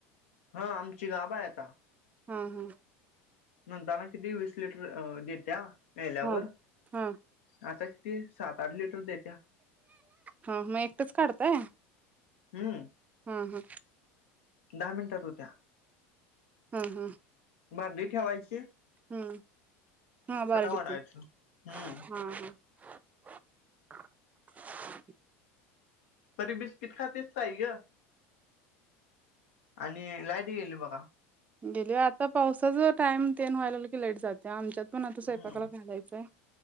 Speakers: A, on the left; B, on the right.
A: हा आमची गाबा आहे आता
B: हम् हम्
A: नंतना किती वीस लिटर देत्या यायल्यावर
B: हा हा
A: आता तेी सात आठ लिटर दे
B: हा मग एकटेच काढतय
A: हम्म
B: ह हा
A: दहा मिनिटात होत्या
B: हा हा
A: ार दठावायचे
B: हम् हा बरत
A: वाढायचं हम्म
B: हा हा हयलललललहषबब
A: तरी बिस्किट खातस का आहे ग आणि लायट गेली बघा.
B: गेली आता पावसाचा टाइम तेन व्हायला की लेट जाते आमच्यात पण आता स्वयंपाकाला
A: हम्म
B: घालायचंय